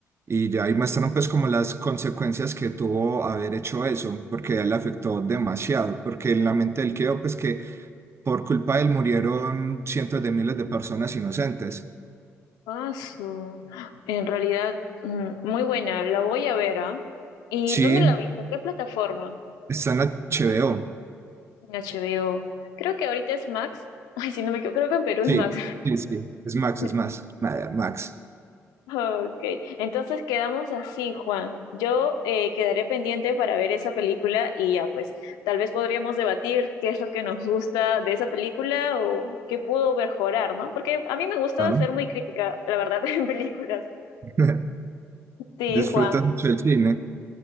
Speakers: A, on the right; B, on the left.
A: Y ya ahí muestran pues como las consecuencias que tuvo haber hecho eso, porque a él le afectó demasiado, porque en la mente él quedó pues que por culpa de él murieron cientos de miles de personas inocentes.
B: paso. En realidad, mm, muy buena. La voy a ver, ¿ah? ¿Y
A: Sí,
B: dónde la viste? ¿En qué plataforma?
A: Está en HBO.
B: En HBO. Creo que ahorita es Max. <laughs> Ay, si no me equivoco, creo que en Perú
A: Sí,
B: es Max.
A: sí, sí. Es Max,
B: <laughs>
A: es más. Nada, Max.
B: Ok, entonces quedamos así, Juan. Yo eh, quedaré pendiente para ver esa película y ya, pues, tal vez podríamos debatir qué es lo que nos gusta de esa película o qué pudo mejorar, ¿no? Porque a mí me gusta
A: Claro.
B: ser muy crítica, la verdad, <laughs> en películas.
A: <laughs>
B: Sí,
A: Disfrutas
B: Juan.
A: mucho del cine.